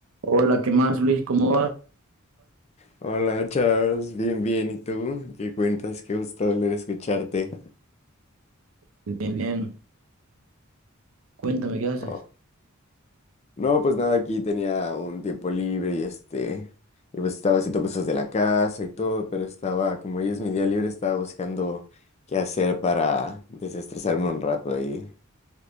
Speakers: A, on the right; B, on the left.
A: Hola, ¿qué más, Luis? ¿Cómo vas?
B: Hola Charles, bien, bien, ¿y tú? ¿Qué cuentas? Qué gusto volver a escucharte.
A: Bien, bien. Cuéntame, ¿qué haces?
B: Oh, No, pues nada, aquí tenía un tiempo libre y este, y pues estaba haciendo cosas de la casa y todo, pero estaba, como hoy es mi día libre, estaba buscando qué hacer para desestresarme un rato y